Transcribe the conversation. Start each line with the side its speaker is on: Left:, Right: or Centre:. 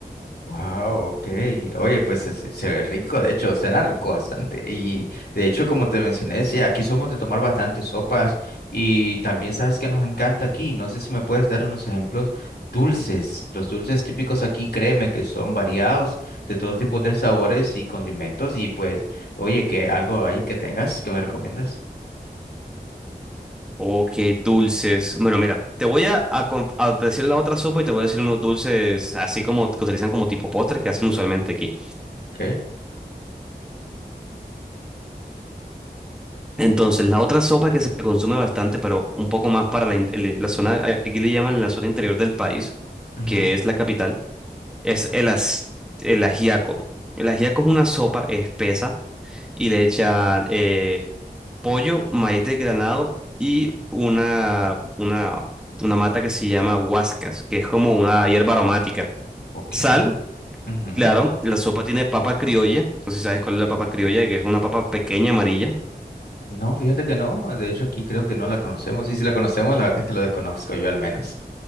Left: Wow, ok. Oye, pues se, se- se ve rico, de hecho, suena rico bastante. Y de hecho, como te mencioné, sí, aquí somos de tomar bastantes sopas y también sabes que nos encanta aquí. No sé si me puedes dar unos ejemplos dulces. Los dulces típicos aquí, créeme que son variados de todo tipo de sabores y condimentos. Y pues, oye, que algo ahí que tengas que me recomiendas.
Centre: Ok, dulces. Bueno, mira, te voy a, a con- a decir la otra sopa y te voy a decir unos dulces así como que utilizan como tipo postre que hacen usualmente aquí.
Left: ¿Qué?
Centre: Entonces, la otra sopa que se consume bastante, pero un poco más para la, in- el- la zona, aquí le llaman la zona interior del país,
Left: Ujú,
Centre: que es la capital, es
Left: Ok.
Centre: el, as- el ajiaco. El ajiaco es una sopa espesa y le echan eh, pollo, maíz desgranado y una, una, una mata que se llama huascas, que es como una hierba aromática.
Left: Ok.
Centre: Sal,
Left: Ujú.
Centre: claro, la sopa tiene papa criolla, no sé si sabes cuál es la papa criolla, que es una papa pequeña amarilla.
Left: No, fíjate que no. De hecho, aquí creo que no la conocemos. Y si la conocemos, la verdad es que lo desconozco yo al menos.